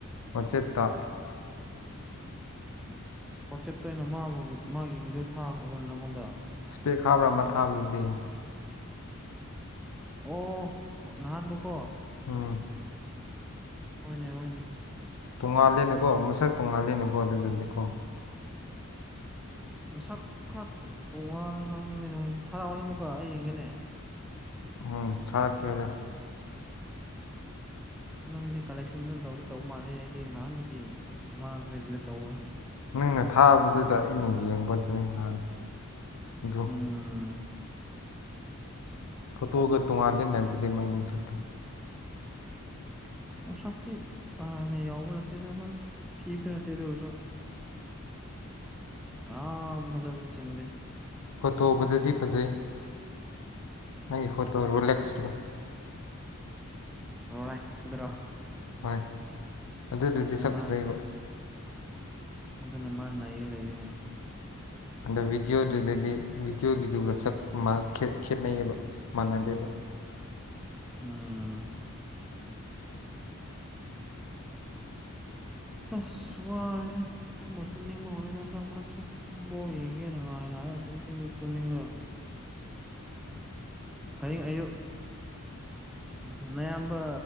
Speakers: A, on the left; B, in the centre.
A: ꯋꯥꯆꯦꯞꯇ
B: ꯋꯥꯆꯦꯞꯇ ꯑꯣꯏꯅ ꯃꯥꯕꯨ ꯃꯥꯒꯤ ꯚꯤꯗꯤꯑꯣ ꯊꯥꯈ꯭ꯔꯕꯅꯦ ꯅꯪꯉꯣꯟꯗ
A: ꯏꯁ꯭ꯄꯦꯛ ꯍꯥꯕ꯭ꯔꯥ ꯑꯃ ꯊꯥꯕꯗꯨꯗꯤ
B: ꯑꯣ ꯅꯍꯥꯟꯗꯨꯀꯣ
A: ꯎꯝ
B: ꯍꯣꯏꯅꯦ ꯍꯅꯦ
A: ꯇꯣꯡꯉꯥꯜꯂꯦꯅꯦꯀꯣ ꯃꯁꯛ ꯇꯣꯉꯥꯜꯂꯦꯅꯦꯀꯣ ꯑꯗꯨꯗꯗꯤꯀꯣ
B: ꯃꯁꯛ ꯈꯔ ꯇꯣꯉꯥꯟꯕ꯭ꯔꯥ ꯈꯪꯗꯦꯅꯦ ꯍꯣꯏꯅꯦ ꯊꯔꯥꯛꯑꯣꯅꯦ ꯑꯃꯨꯛꯀ ꯑꯩ ꯌꯦꯡꯒꯦꯅꯦ
A: ꯎꯝ ꯊꯥꯔꯛ ꯀꯦ ꯍꯣꯔꯦꯟ
B: ꯅꯪꯗꯤ ꯀꯂꯦꯛꯁꯟ ꯐꯖꯅ ꯇꯧꯗꯤ ꯇꯧꯕ ꯃꯥꯜꯂꯦ ꯑꯩꯗꯤ ꯅꯍꯥꯟꯗꯒꯤ ꯃꯥꯡ ꯈ꯭ꯔꯦ ꯗꯤꯂꯦꯠ ꯇꯧꯒ꯭ꯔꯦ
A: ꯅꯪꯅ ꯊꯥꯕꯗꯨꯗ ꯑꯩꯅ ꯌꯦꯡꯕꯗꯨꯅꯤ ꯉꯍꯥꯟ ꯗꯨ
B: ꯎꯝ
A: ꯐꯣꯇꯣꯒ ꯇꯣꯉꯥꯜꯂꯦꯟꯅꯦ ꯑꯗꯨꯗꯤ ꯃꯥꯏ ꯃꯁꯛꯇꯣ
B: ꯃꯁꯛꯇꯤ ꯀꯥ ꯍꯦꯟꯅ ꯌꯥꯎꯕ ꯅꯠꯇꯦꯗ ꯑꯗꯨꯝ ꯊꯤꯕꯗꯨ ꯅꯠꯇꯦ ꯑꯗꯨ ꯑꯣꯏꯔꯁꯨ ꯌꯥꯝ ꯐꯖꯕꯗꯤ ꯆꯤꯡꯗꯦ
A: ꯐꯣꯇꯣ ꯐꯖꯗꯤ ꯐꯖꯩ ꯃꯥꯒꯤ ꯐꯣꯇꯣ ꯔꯣꯂꯦꯛꯁꯀꯤꯗꯣ
B: ꯔꯣꯂꯦꯛꯁ ꯀꯤꯗꯨꯔꯣ
A: ꯍꯣꯏ ꯑꯗꯨꯗꯨꯗꯤ ꯁꯛ
B: ꯃꯥ
A: ꯐꯖꯩꯌꯦꯕ
B: ꯃꯗꯨꯅ ꯃꯥ ꯅꯩꯔ ꯂꯩꯔꯦꯅꯦ
A: ꯑꯗꯨ ꯚꯤꯗꯤꯑꯣꯗꯨꯗꯗꯤ ꯚꯤꯗꯤꯑꯣꯒꯤꯗꯨꯒ ꯁꯛ ꯃꯥꯟ ꯈꯦꯠ ꯈꯦꯠꯅꯩꯌꯦꯕ ꯃꯥꯟꯅꯗꯦꯕ
B: ꯎꯝ
A: <inaudible>
B: ꯏꯁ ꯋꯥꯔꯦꯍꯦ ꯇꯨꯝꯕꯨ ꯇꯨꯝꯅꯤꯡꯕ ꯍꯧꯔꯦꯗ ꯍꯟꯗꯛꯃꯔꯛꯁꯦ ꯐꯠꯕꯣꯜ ꯌꯦꯡꯒꯦꯅ ꯉꯥꯏ ꯉꯥꯏꯔ ꯑꯗꯨꯝ ꯊꯤꯡ ꯇꯨꯝꯅꯤꯡꯉꯦ ꯍꯌꯦꯡ ꯑꯌꯨꯛ ꯎꯝ ꯅꯌꯥꯝꯕ